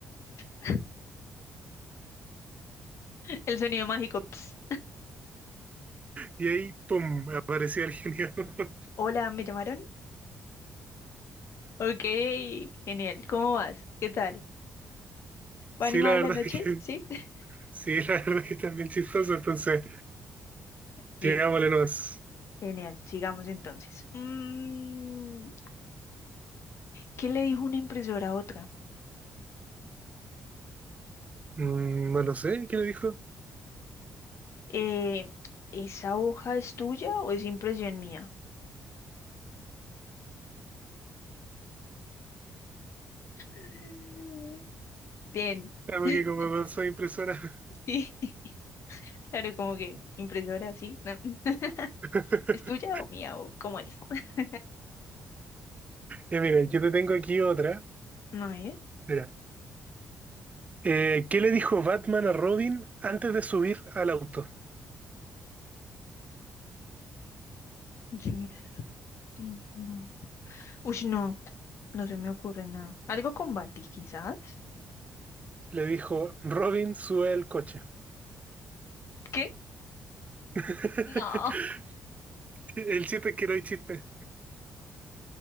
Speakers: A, on the left; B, on the right.
A: <laughs> El sonido mágico. ps.
B: Y ahí, ¡pum!, aparecía el genio. <laughs>
A: Hola, ¿me llamaron? Ok, genial. ¿Cómo vas? ¿Qué tal?
B: Sí,
A: ¿Va animada
B: la verdad
A: la noche?
B: es que
A: ¿Sí? <laughs>
B: Sí, <laughs> la verdad es que está bien chistoso, entonces
A: Bien,
B: llegámosle nomás.
A: genial. Sigamos entonces. Mm, ¿qué le dijo una impresora a otra?
B: Mm, bueno, no lo sé, ¿quién lo dijo?
A: Eh, ¿esa hoja es tuya o es impresión mía? <laughs> Bien.
B: Ah, porque
A: <laughs>
B: como no soy impresora.
A: Sí. <laughs> Claro, como que impresora, sí. no. <laughs>
B: <laughs>
A: ¿Es tuya o mía o cómo es? <laughs>
B: Ya mira, yo te tengo aquí otra.
A: No, ¿eh?
B: Mira, Eh, ¿qué le dijo Batman a Robin antes de subir al auto?
A: Subir al tren, no. Uy, no, no se me ocurre nada. Algo con Bati, quizás.
B: Le dijo, Robin, sube el coche.
A: ¿Qué?
B: <laughs>
A: No.
B: El chiste es que no hay chiste.